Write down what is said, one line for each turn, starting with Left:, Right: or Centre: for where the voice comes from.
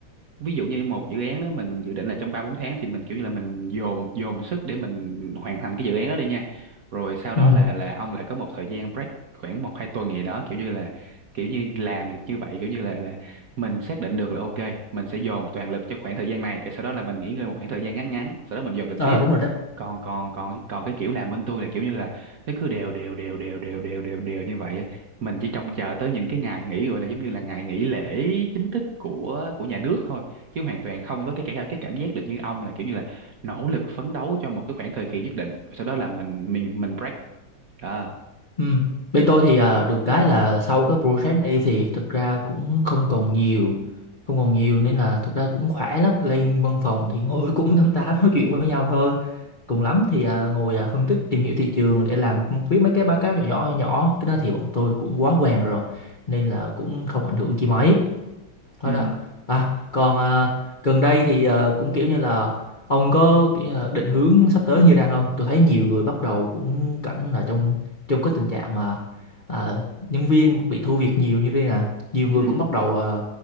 Right: ví dụ như một dự án đó mình dự định là trong ba bốn tháng thì mình kiểu như là mình dồn dồn sức để mình hoàn thành cái dự án đó đi nha rồi sau đó
Left: Ừ.
Right: là là ông lại có một thời gian break khoảng một hai tuần gì đó kiểu như là kiểu như làm được như vậy kiểu như là là mình xác định được là ok mình sẽ dồn toàn lực cho khoảng thời gian này để sau đó là mình nghỉ ngơi một khoảng thời gian ngắn ngắn sau đó mình dồn lực
Left: à,
Right: tiếp
Left: đúng rồi đấy
Right: còn còn còn còn cái kiểu làm bên tôi là kiểu như là nó cứ đều đều đều đều đều đều đều đều như vậy ấy. mình chỉ trông chờ tới những cái ngày nghỉ gọi là giống như là ngày nghỉ lễ chính thức của của nhà nước thôi chứ hoàn toàn không có cái cái cái cảm giác được như ông là kiểu như là nỗ lực phấn đấu cho một cái khoảng thời kỳ nhất định sau đó là mình mình mình break đó
Left: Ừ. Bên tôi thì à, được cái là sau cái project này thì thực ra cũng không còn nhiều không còn nhiều nên là thực ra cũng khỏe lắm lên văn phòng thì ngồi <laughs> cũng tám tám nói chuyện với nhau thôi cùng lắm thì à, ngồi à, phân tích tìm hiểu thị trường để làm viết mấy cái báo cáo nhỏ nhỏ nhỏ nhỏ. cái đó thì bọn tôi cũng quá quen rồi nên là cũng không ảnh hưởng chi mấy Thôi
Right: ừ
Left: nè. À, còn à, gần đây thì à, cũng kiểu như là ông có kiểu như là định hướng sắp tới như đang không? Tôi thấy nhiều người bắt đầu cũng cảnh là trong trong cái tình trạng mà à, nhân viên bị thu việc nhiều như thế nè. Nhiều
Right: Ừ.
Left: người cũng bắt đầu à,